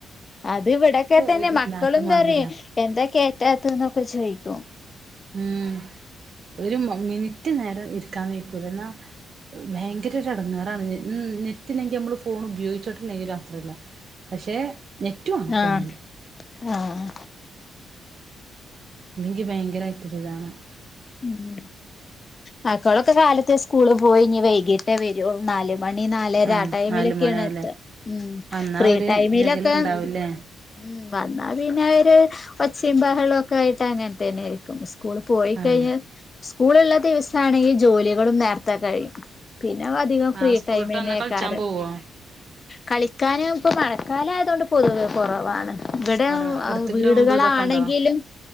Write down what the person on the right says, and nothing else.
ഒരു
ഇല്ലാത്ത മാതിരിയാ
ഉം ഒരു മിനിറ്റ്നേരം ഇരിക്കാൻ വയ്ക്കൂല എന്നാ ഭയങ്കരൊരെടങ്ങേറാണ്ന് ഉം നെറ്റില്ലെങ്കിൽ നമ്മള് ഫോൺ ഉപയോഗിച്ചിട്ടുണ്ടെങ്കിലും അത്രല്ല പക്ഷെ നെറ്റുവേണം ഫോണില്
ഇല്ലെങ്കി ഭയങ്കരായിട്ടൊരിതാണ്
ആഹ്
നാല് മണിയാവുല്ലേ
വന്നാ
ഒരു ജകലുണ്ടാവുല്ലേ
ആഹ്
ആഹ് സ്കൂൾട്ട്
വന്നാ കളിച്ചാൻ പോവോ
കൊറ അടുത്ത്
ഗ്രൗണ്ടും ഇതൊക്കെ ഉണ്ടോ